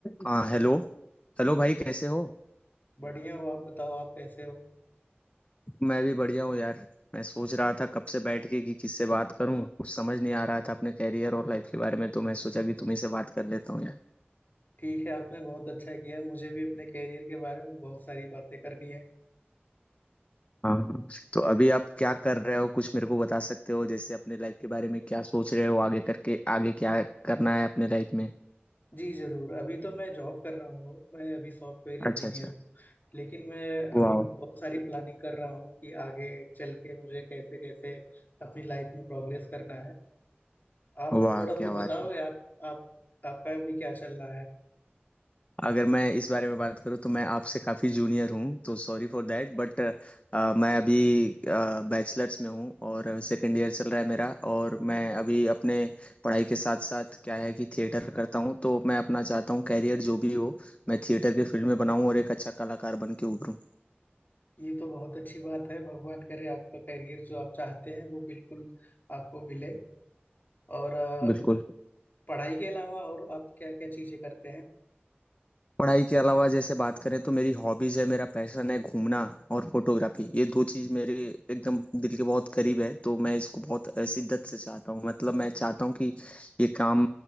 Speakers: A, on the left (about 30°); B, on the left (about 50°).
A: हाँ hello Hello भाई कैसे हो
B: बढ़िया हो आप बताओ आप कैसे हो
A: मैं भी बढ़िया हूँ यार मैं सोच रहा था कब से बैठ के कि किससे बात करूँ कुछ समझ नहीं आ रहा था अपने कैरियर और लाइफ के बारे में तो मैं सोचा कि तुम्ही से बात कर लेता हूँ यार
B: ठीक है आपने बहुत अच्छा किया मुझे भी अपने कैरियर के बारे में बहुत सारी बातें करनी है
A: हाँ हाँ। तो अभी आप क्या कर रहे हो कुछ मेरे को बता सकते हो जैसे अपने लाइफ के बारे में क्या सोच रहे हो आगे करके आगे क्या करना है अपने लाइफ में
B: जी जरूर अभी तो मैं जॉब कर रहा हूँ मैं अभी सॉफ्टवेयर इंजीनियर
A: अच्छा अच्छा
B: हूँ लेकिन मैं अभी
A: वाह
B: बहुत सारी प्लानिंग कर रहा हूँ कि आगे चल के मुझे कैसे कैसे अपनी लाइफ में प्रोग्रेस करना है आप
A: वाह
B: थोड़ा बहुत
A: क्या बात
B: बताओगे आप आप आपका भी क्या चल रहा है
A: अगर मैं इस बारे में बात करूँ तो मैं आपसे काफ़ी जूनियर हूँ तो सॉरी फॉर दैट बट मैं अभी बैचलर्स में हूँ और सेकेंड ईयर चल रहा है मेरा और मैं अभी अपने पढ़ाई के साथ साथ क्या है कि थिएटर करता हूँ तो मैं अपना चाहता हूँ कैरियर जो भी हो मैं थिएटर के फील्ड में बनाऊँ और एक अच्छा कलाकार बन के उभरूँ
B: ये तो बहुत अच्छी बात है भगवान करे आपका करियर जो आप चाहते हैं वो बिल्कुल आपको मिले और अ,
A: बिल्कुल
B: पढ़ाई के अलावा और आप क्या क्या चीजें करते हैं
A: पढ़ाई के अलावा जैसे बात करें तो मेरी हॉबीज है मेरा पैशन है घूमना और फोटोग्राफी ये दो चीज मेरे एकदम दिल के बहुत करीब है तो मैं इसको बहुत अ, शिद्दत से चाहता हूँ मतलब मैं चाहता हूँ कि ये काम